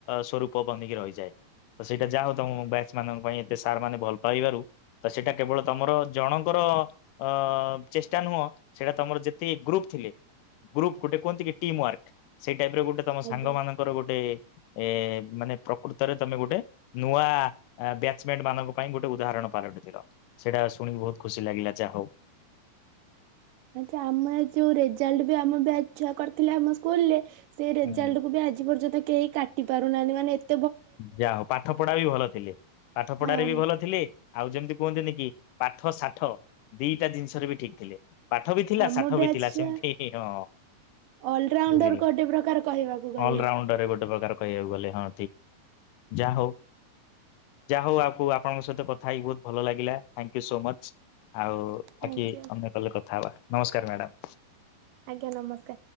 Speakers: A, on the left; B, on the right.
A: ସ୍ୱରୂପ ବନିକି ରହିଯାଏ ତ ସେଇଟା ଯାହା ହଉ ତମ ବ୍ୟାଚ ମାନଙ୍କ ପାଇଁ ଏତେ ସାର୍ ମାନେ ଭଲ ପାଇବାରୁ ତ ସେଇଟା କେବଳ ତମର ଜଣଙ୍କର ଅ ଚେଷ୍ଟା ନୁହଁ ସେଟା ତମର ଯେତିକି ଗ୍ରୁପ ଥିଲେ। ଗ୍ରୁପ ଗୋଟେ କୁହନ୍ତି କି ଟିମ୍ ୱାର୍କ ସେଇ ଗୋଟେ ତମ ସାଙ୍ଗମାନଙ୍କର
B: ଆଜ୍ଞା।
A: ଗୋଟେ। ଏ ଏ ମାନେ ପ୍ରକୃତରେ ତମେ ଗୋଟେ ନୂଆ ବ୍ୟାଚମେଣ୍ଟ ମାନଙ୍କ ପାଇଁ ଗୋଟେ ଉଦାହରଣ ପାଲଟିଥିଲ ସେଇଟା ଶୁଣି ବହୁତ ଖୁସି ଲାଗିଲା ଯା ହଉ।
B: ଆଚ୍ଛା ଆମେ ଯୋଉ ରେଜଲ୍ଟ ବି ଆମ ବ୍ୟାଚ ଛୁଆ କରିଥିଲେ ଆମ ସ୍କୁଲରେ ସେଇ
A: ହଉ।
B: ରେଜଲ୍ଟ କୁ ବି ଆଜି ପର୍ଯ୍ୟନ୍ତ କେହି କାଟି ପାରୁନାହାନ୍ତି ମାନେ ଏ
A: ଯା ହଉ ପାଠ ପଢା ବି ଭଲ ଥିଲେ ପାଠ ପଢାରେ
B: ହଁ
A: ବି ଭଲ ଥିଲେ। ଆଉ ଯେମିତି କୁହନ୍ତି ନି କି ପାଠ ସାଠ ଦିଟା ଜିନିଷରେ ବି ଠିକ୍ ଥିଲେ। ପାଠ ବି ଥିଲା
B: ଆମ
A: ସାଠ
B: ବ୍ୟାଚ୍
A: ବି ଥିଲା
B: ଛୁଆ
A: ସେମିତି ହଁ
B: ଅଲରାଉଣ୍ଡର
A: ବୁଝିଲି
B: ଗୋଟେ ପ୍ରକାର କହିବାକୁ ଗଲେ
A: ଅଲରାଉଣ୍ଡର ଗୋଟେ ପ୍ରକାର କହିବାକୁ ଗଲେ ହଁ ଯା ହଉ ଯା ହଉ ଆକୁ ଆପଣଙ୍କ ସହିତ କଥା ହେଇ ବହୁତ ଭଲ ଲାଗିଲା ଥ୍ୟାଙ୍କ ୟୁ ସୋ ମଂଚ। ଆଉ
B: ଥ୍ୟାଙ୍କ
A: ବାକି
B: ୟୁ
A: ଅନ୍ୟ କଲରେ କଥା ହବା। ନମସ୍କାର ମ୍ୟାଡ଼ମ୍।
B: ଆଜ୍ଞା ନମସ୍କାର।